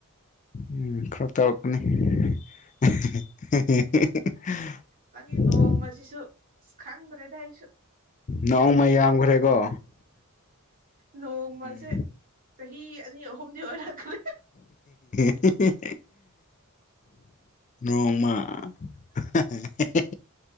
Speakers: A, on the left; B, on the right.
A: ꯎꯝ ꯈꯔ ꯇꯧꯔꯛꯀꯅꯤ <unintelligible>
B: ꯅꯪꯒꯤ ꯅꯣꯡꯃꯁꯤꯁꯨ ꯑꯁ ꯈꯪꯗ꯭ꯔꯦꯗ ꯑꯩꯁꯨ
A: ꯅꯣꯡꯃ
B: ꯀꯔꯤ
A: ꯌꯥꯝꯈ꯭ꯔꯦꯀꯣ
B: ꯅꯣꯡꯃꯁꯦ
A: ꯎꯝ
B: ꯆꯍꯤ ꯑꯅꯤ ꯑꯍꯨꯝꯗꯤ ꯑꯣꯏꯔꯛꯀꯦ
A: ꯍꯦ ꯍꯦ ꯍꯦ ꯅꯣꯡꯃ ꯍꯥ ꯍꯦ